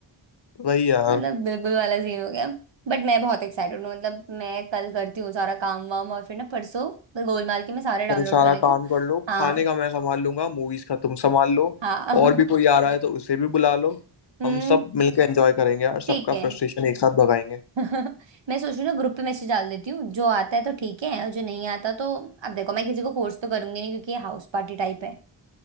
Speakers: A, on the left; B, on the right.
A: वही यार
B: मतलब बिल्कुल वाला सीन हो गया बट मैं बहुत एक्साइटेड हूँ मतलब मैं कल करती हूँ सारा काम वाम और फिर ना परसों गोलमाल के मैं सारे डाउनलोड
A: भाई सारा
B: कर लेती
A: काम
B: हूँ
A: कर लो
B: हाँ
A: खाने का मैं संभाल लूंगा मूवीज का तुम संभाल लो
B: हाँ
A: और
B: <laughs>
A: भी कोई आ रहा है तो उसे भी बुला लो
B: हम्म
A: हम सब मिलकर एंजॉय करेंगे और सबका
B: ठीक है
A: फ्रस्ट्रेशन एक साथ भगाएंगे
B: <laughs> मैं सोच रही हूँ ना ग्रुप पे मैसेज डाल देती हूँ जो आता है तो ठीक है और जो नहीं आता तो अब देखो मैं किसी को फोर्स तो करूंगी नहीं क्योंकि ये हाउस पार्टी टाइप है